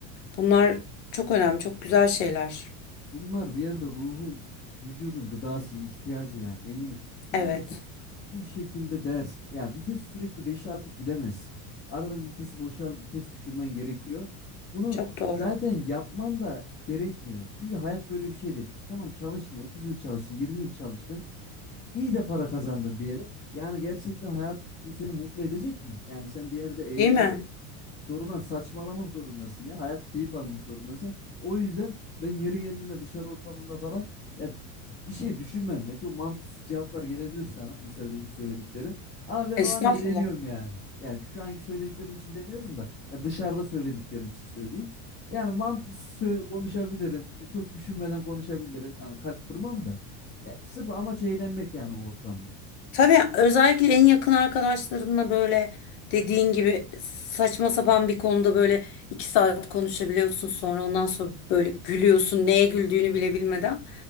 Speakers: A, on the left (about 65°); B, on the left (about 25°).
A: Bunlar çok önemli, çok güzel şeyler.
B: Bunlar bir yerde ruhun, vücudun gıdası, ihtiyacı yani eminim. Çünkü
A: Evet,
B: full şekilde ders. Ya vitesi sürekli 5'e atıp gidemezsin. Arada bir vitesi boşal, vites düşürmen gerekiyor. Bunu
A: çok doğru.
B: zaten yapman da gerekmiyor. Çünkü hayat böyle bir şey değil. Tamam çalıştın 30 yıl çalıştın 20 yıl çalıştın. İyi de para kazandın diyelim. Yani gerçekten hayat bu seni mutlu edecek mi? Yani sen bir yerde eğlenmek
A: Değil mi?
B: Zorundan saçmalamak zorundasın ya. Hayat keyif almak zorundasın. O yüzden ben yeri geldiğinde dışarı ortamında falan ya bir şey düşünmem ya. Çok mantıksız cevaplar gelebilir sana. Mesela benim söylediklerim. Ama ben
A: Estağfurullah.
B: o an eğleniyorum yani. Yani şu anki söylediklerim için demiyorum da ya dışarıda söylediklerim için söyleyeyim. Yani mantıksız sö- konuşabilirim. E, Çok düşünmeden konuşabilirim. Yani kalp kırmam da. Ya sırf amaç eğlenmek yani o ortamda.
A: Tabii özellikle en yakın arkadaşlarınla böyle dediğin gibi saçma sapan bir konuda böyle iki saat konuşabiliyorsun sonra ondan sonra böyle gülüyorsun neye güldüğünü bile bilmeden.